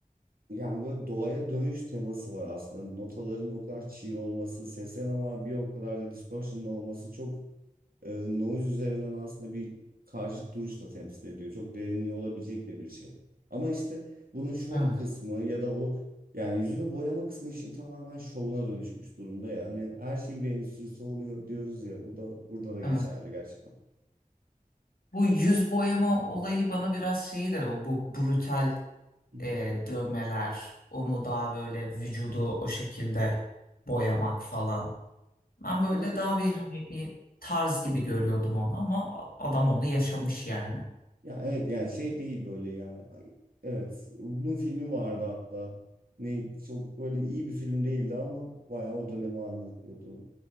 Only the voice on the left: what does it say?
Evet,
evet.
Bu yüz boyama olayı bana biraz şeyi de o bu brutal
e, dövmeler, onu daha böyle vücudu o şekilde boyamak falan. Ben böyle
daha bir hani bir tarz
gibi görüyordum onu ama adam onu yaşamış yani.